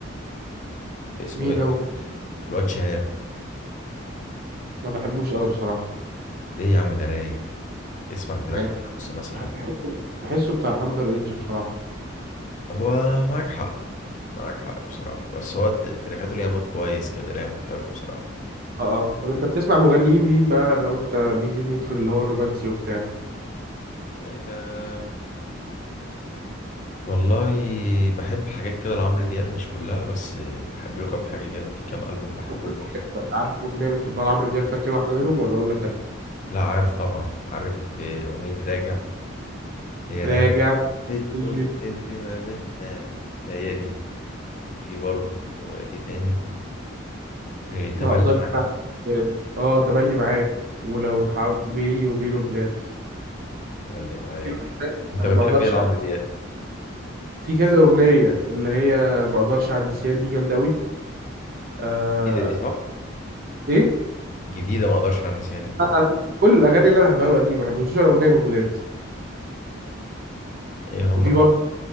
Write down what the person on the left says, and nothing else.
باسمه
ايه ده
مين؟ الواد شهاب
ليه يا عم ده رايق اسمع تراك
الشمس مثلا
هو معاك حق معاك حق بصراحة بس هو ت- تراكاته ليها مود كويس كده ليها مود حلو بصراحة
أه والله بحب حاجات كده لعمرو دياب مش كلها بس بحب له كام حاجة كده في كام ألبوم بحبهم
ليه
لا عارف طبعا عارف آه، أغنية راجع هي
راجع بتقول
اللي ما بيننا هي دي وفي برضه آه، ايه تاني إيه
تملي
معاك
تملي معاك
انت
بتحب
ايه لعمرو
دياب
جديدة دي صح
جديدة ما اقدرش على النسيان دي
ايه هما
كمان